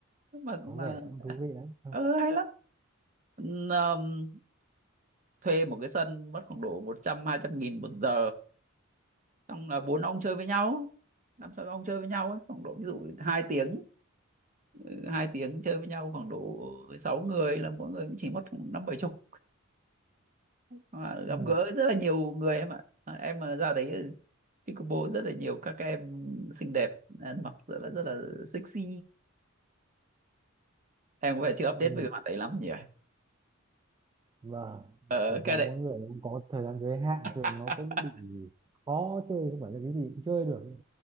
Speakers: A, on the right; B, on the right.
A: mà
B: có
A: mà
B: vẻ cũng thú vị đấy Vâng.
A: ờ hay lắm Ừm, thuê một cái sân mất khoảng độ một trăm hai trăm nghìn một giờ xong là bốn ông chơi với nhau năm sáu ông chơi với nhau ấy khoảng độ ví dụ hai tiếng ừ, hai tiếng chơi với nhau khoảng độ 6 người là mỗi người cũng chỉ mất khoảng năm bảy chục Mà gặp
B: ừ
A: gỡ rất là nhiều người em ạ à, em mà ra đấy ừ, Pickleball rất là nhiều các em xinh đẹp ăn mặc rất là rất là sexy em có vẻ chưa update
B: ừ
A: về mặt đấy lắm nhỉ
B: vâng
A: ờ
B: thực
A: cái
B: ra
A: đấy
B: mỗi người cũng có thời gian giới hạn
A: <laughs>
B: cho nên nó cũng bị khó chơi không phải là cái gì cũng chơi được ấy.